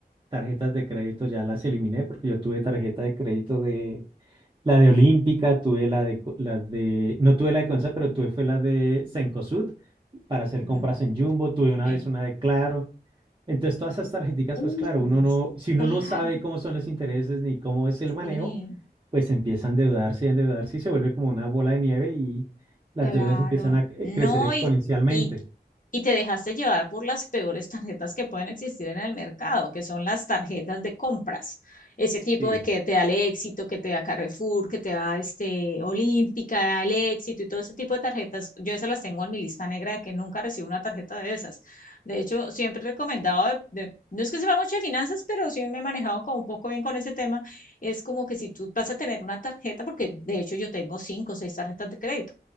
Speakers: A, on the right; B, on the left.
A: tarjetas de crédito ya las eliminé porque yo tuve tarjeta de crédito de la de Olímpica, tuve la de Co- la de no tuve la de Consa, pero tuve fue la de Cencosud para hacer
B: Ujú.
A: compras en Jumbo, tuve una
B: Sí.
A: vez una de Claro. Entonces todas esas tarjeticas,
B: Uy,
A: pues claro, uno no, si uno
B: claro,
A: no sabe cómo son los intereses ni cómo es el manejo,
B: sí,
A: pues empieza a endeudarse y a endeudarse y se vuelve como una bola de nieve y las
B: Claro,
A: deudas empiezan a cre-
B: no,
A: crecer exponencialmente.
B: y, y, y te dejaste llevar por las peores tarjetas que pueden existir en el mercado, que son las tarjetas de compras. Ese
A: Sí.
B: tipo de que te da el éxito, que te da Carrefour, que te da este Olímpica, el éxito y todo ese tipo de tarjetas. Yo esas las tengo en mi lista negra de que nunca recibo una tarjeta de esas. De hecho, siempre he recomendado, de, de- no es que sepa mucho de finanzas, pero sí me he manejado como un poco bien con ese tema. Es como que si tú vas a tener una tarjeta, porque de hecho yo tengo cinco o seis tarjetas de crédito